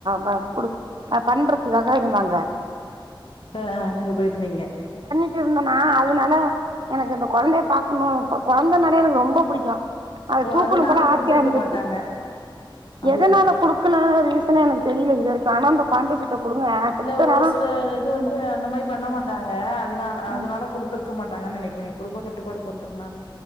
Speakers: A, on the right; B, on the left.
A: ப குடு ப பண்றதுக்காக இருந்தாங்க
B: அ நீங்க போயிருந்தீங்க
A: ட்டு இருந்தனா அதுனால எனக்கு இந்த கொழந்தய பாக்கணு கொழந்தனாலே எனக்கு ரொம்போ புடிக்கு அத
B: ஓ
A: தூக்குணு
B: அதனால
A: போல
B: குடுத்துருக்க
A: ஆசையா இருந்துச்சு
B: மாட்டாங்க அப்டிதானே
A: எதுனால குடுக்ல ரீசனே எனக்கு தெரில இது வரைக்கு ஆனா அந்த கொழந்த செத்த குடுங்க செத்த
B: இல்ல ஒரு
A: நேரொ
B: சில இது வந்து அந்த மாரி பண்ண மாட்டாங்க அதுனால அதுனால
A: ம்
B: குடுத்ருக்க மாட்டாங்கன் நெனக்கிறே குடும்ப கட்டுப்பாடு பண்றதுனால